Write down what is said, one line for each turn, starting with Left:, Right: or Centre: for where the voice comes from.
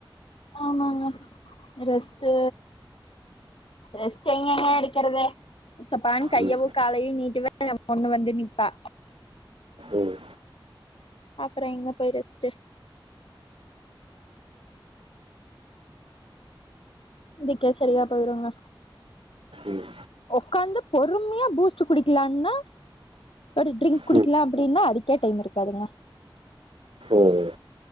Left: ஆமாங்க ரெஸ்ட்டு ரெஸ்ட் எங்கங்கே எடுக்குறது சப்பான்னு கையவு
Right: ம்
Left: காலையு நீட்டுவே ஏ பொண்ணு வந்து நிப்பா
Right: ம்
Left: அப்புறோ எங்க போய் ரெஸ்ட்டு குடிக்க சரியா போயிருங்க
Right: ம்
Left: உக்காந்து பொறும்மையா பூஸ்ட் குடிக்கலான்னா ஒரு ட்ரிங்க் குடிக்கலா
Right: ம்
Left: அப்டின்னா அதுக்கே டைம் இருக்காதுங்க
Right: ம்